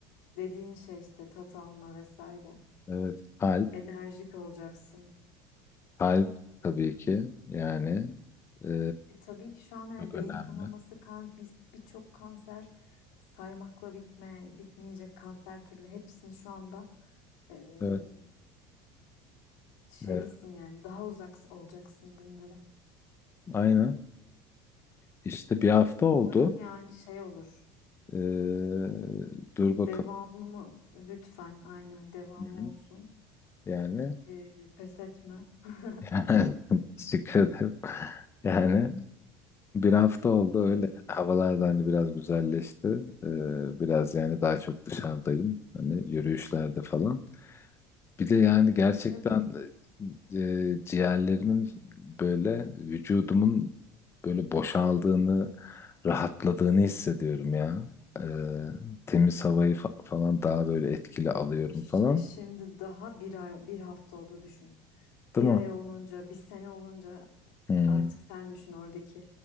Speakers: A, on the left; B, on the left.
A: dediğin şey işte tat alma vesaire.
B: evet kalp
A: Enerjik olacaksın.
B: kalp tabii ki yani e,
A: E tabii ki şu an yani
B: çok
A: beyin
B: önemli
A: kanaması, kan, biz- birçok kanser saymakla bitme, bitmeyecek kanser türlü hepsini şu anda Ee,
B: evet,
A: şeysin
B: evet
A: yani daha uzak olacaksın bunlara.
B: aynen. İşte bir hafta oldu.
A: Umarım yani şey olur.
B: Ee, dur bakalım.
A: Devamı mı? Lütfen aynen devamı
B: Hı hı.
A: olsun.
B: Yani,
A: Ee, pes etme. <laughs>
B: <laughs> yani teşekkür ederim. Yani bir hafta oldu
A: Ee,
B: öyle. Havalar da hani biraz güzelleşti. Ee, biraz yani daha çok dışarıdayım. Hani yürüyüşlerde falan. Bir de yani
A: tabii
B: gerçekten
A: tabii
B: e, ciğerlerimin böyle vücudumun böyle boşaldığını, rahatladığını hissediyorum ya. E, temiz havayı fa- falan daha böyle etkili alıyorum
A: işte
B: falan.
A: şimdi daha bir ay bir hafta oldu düşün. Bir
B: Değil mi?
A: ay olunca bir sene olunca
B: Hmm,
A: artık sen düşün oradaki